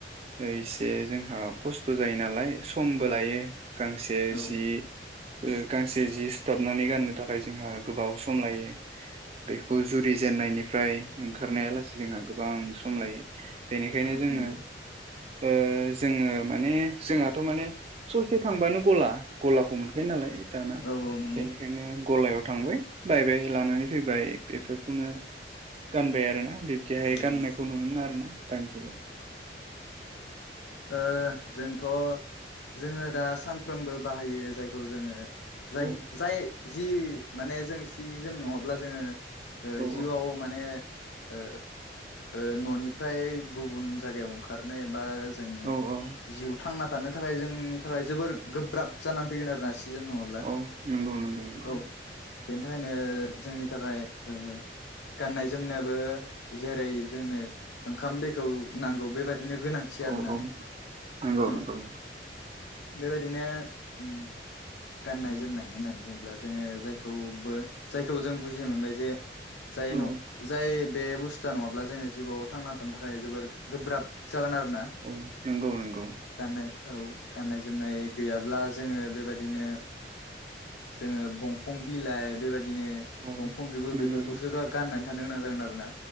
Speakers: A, on the right; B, on the left.
A: ओ एसे जोंहा खस्थ' जायो नालाय समबो लायो गांसे
B: औ
A: जि ओ गांसे जि सुथाबनानै गाननो थाखाय जोंहा गोबाव सम लायो। बेखौ जुरि जेननायनिफ्राय ओंखारनाया लासेै जोंहा गोबां सम लायो। बेनिखायनो
B: औ
A: जोङो
B: नंगौ
A: ओ जोङो माने जोंहाथ' माने ससे थांबानो गला गलाखौ मोनखायो नालाय दाना।
B: औ औ नंगौ
A: बेनिखायनो
B: औ
A: गलायाव थांबाय बायबाय लानानै फैबाय बेफोरखौनो गानबाय आरोना। बिब्दिहाय
B: औ ओ
A: गाननायखौ नुनो मोनो आरोना दानि जुगाव।
B: ओ जोंथ' जोङो दा सानफ्रोमबो बाहायो जायखौ जोङो जाय
A: औ
B: जाय जि माने जों सि जोम नङाब्ला जोङो ओ
A: औ
B: जिउआव माने ओ ओ न'निफ्राय गुबुन जायगायाव ओंखारनो एबा जों
A: औ औ
B: जिउ थांना थानो थाखाय जोंनि थाखाय जोबोर गोब्राब जानानै फैगोन आरो ना सि सि जोम नङाब्ला
A: औ नंगौ नंगौ नंगौ
B: औ। बेनि थाखायनो जोंनि थाखाय ओ गाननाय जोमनायाबो जेरै जोंनो ओंखाम दैखौ नांगौ बेबायदि बिदिनो गोनांथि आरोना
A: औ औ नंगौ
B: औ।
A: नंगौ
B: बेबायदिनो उम गाननाय जोमनाय होननानै बुङोब्ला जोङो जायखौबो जायखौ जों बुजिनो मोनबाय जे जाय
A: औ
B: न जाय बे बुस्थुआ नङाब्ला जोङो जिउआव थांना थानो थाखाय जोबोर गोब्राब जागोन आरोना
A: औ नंगौ नंगौ
B: गाननाय औ गाननाय जोमनाय गैयाब्ला जोङो बेबाददिनो जोङो बंफं बिलाइ बेबायदि बिदिनो
A: औ
B: बंफं बिगुर
A: नंगौ
B: बेफोरखौसो गा-गाननानै थानो गोनां जागोन आरो ना।